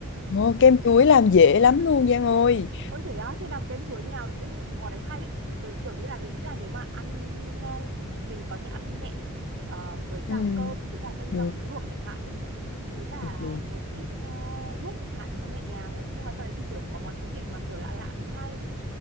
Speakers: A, on the left; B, on the right.
A: Ồ, kem chuối làm dễ lắm luôn Giang ơi.
B: Ôi thế á, thế làm kem chuối như nào? Nhưng như, món đấy hay đấy, chị, kiểu, kiểu như là mình nghĩ là nếu mà ăn ờ, mình có thể ăn nhẹ ờ, với cả
A: Ừm,
B: cơm với cả canh
A: được,
B: rau muống luộc chẳng hạn ấy, với cả
A: được, được.
B: một ít ờ, ruốc chẳng hạn cho nhẹ nhàng ấy, nhưng mà sau đấy thì kiểu có món tráng miệng mà kiểu lạ lạ cũng hay.